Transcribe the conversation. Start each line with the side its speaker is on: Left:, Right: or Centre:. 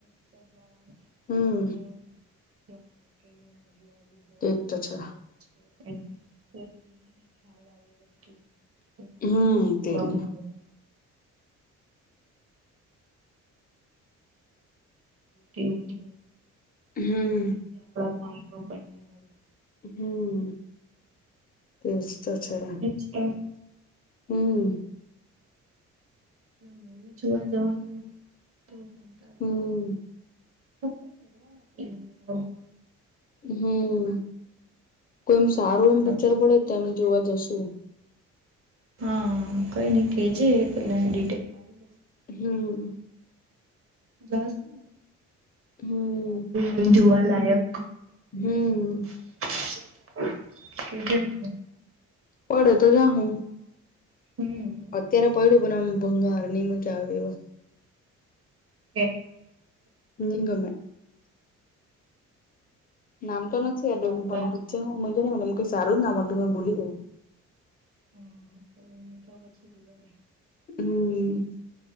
Right: દ્વારા.
Left: હમ્મ
Right: <inaudible>
Left: તેજ તો છે.
Right: <inaudible> હા
Left: હમ્મ તે
Right: આવું
Left: દી
Right: હોય તેવું છે.
Left: હમ્મ.
Right: ત્યા ક પણ હોય
Left: હમ્મ એજ તો છે.
Right: અચ્છા.
Left: હમ્મ.
Right: મુવી જોવા જવાનું તો કંટાળો
Left: હમ્મ
Right: આવે શું કરવાનું
Left: હમ્મ કોઈમ
Right: કોઈ
Left: સારું
Right: જગ્યા
Left: એમ પિક્ચર
Right: પર
Left: પડે તો એમ જોવા જશું
Right: હા કઈ નઈ કેજે પેલાની ડિટેલ કાઢી
Left: હમ્મ
Right: જાશું
Left: હમ્મ
Right: તો જોવા લાયક
Left: હમ્મ.
Right: <unintelligible>
Left: પડે તો જાહું
Right: હમ્મ.
Left: અત્યારે પડું પણ આમ ભંગાર ની મજા આવે હમ્મ.
Right: એ
Left: નિ ગમે નામ તો નથી એટલે
Right: આપડા
Left: બ્ચે મને કઈ જ નામ મળ તું મેં ભૂલી ગયું
Right: હમ્મ કઈની તો પછી રેવા દે
Left: હમ્મ.